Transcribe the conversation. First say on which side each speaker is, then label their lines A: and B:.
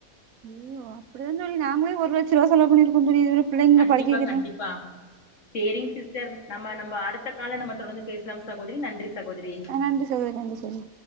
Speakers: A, on the right; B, on the left.
A: அய்யயோ அப்டிதா தோழி நாங்ளே ஒருலட்ச ருவா செலவு பண்ணிருக்கோ தோழி இதுவர பிள்ளைங்ள
B: கண்டிப்பா
A: படிக்கவைக்கிற
B: கண்டிப்பா சேரிங் சிஸ்டர் நம்ம நம்ம அடுத்த கால்ல நம்ம தொடர்ந்து பேசலாம் சகோதரி நன்றி சகோதரி
A: நன்றி சகோதரி நன்றி சகோதரி